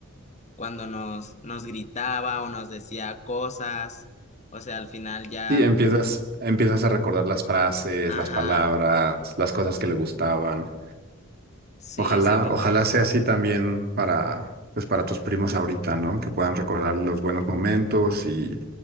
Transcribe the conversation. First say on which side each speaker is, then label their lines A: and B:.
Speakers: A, on the left (about 35°); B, on the right (about 45°).
A: cuando nos, nos gritaba o nos decía cosas. O sea, al final ya
B: Sí, empiezas, empiezas a recordar las frases,
A: Ajá,
B: las palabras, las cosas que le gustaban.
A: sí,
B: Ojalá,
A: se vuelve.
B: ojalá sea así también para, pues para tus primos ahorita, ¿no? Que puedan recordar los buenos momentos y